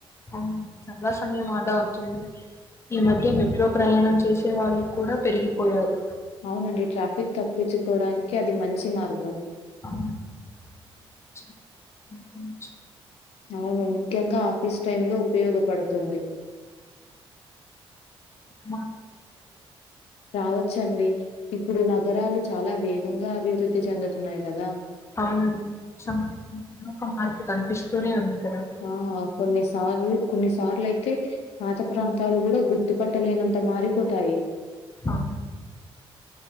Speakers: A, on the left (about 25°); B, on the left (about 90°).
A: అవునండి చాలా సమయం ఆదా అవుతుంది. ఈ మధ్య మెట్రో ప్రయాణం చేసే వాళ్ళు కూడా పెరిగిపోయారు
B: అవునండి ట్రాఫిక్ తప్పించుకోవడానికి అది మంచి మార్గం
A: అవునండి చేరుకోవచ్చు
B: అవును ముఖ్యంగా ఆఫీస్ టైమ్ లో ఉపయోగపడుతుంది
A: మా
B: రావచ్చండి ఇప్పుడు నగరాలు చాలా వేగంగా అభివృద్ధి చెందుతున్నాయి కదా
A: అవునుండి ప్రతి సంవత్సరం ఏదో ఒక మార్పు కనిపిస్తూనే ఉంది కదా!
B: ఆ కొన్ని స సార్లు కొన్నిసార్లు అయితే పాత ప్రాంతాలు కూడా గుర్తుపట్టలేనంత మారిపోతాయి
A: అ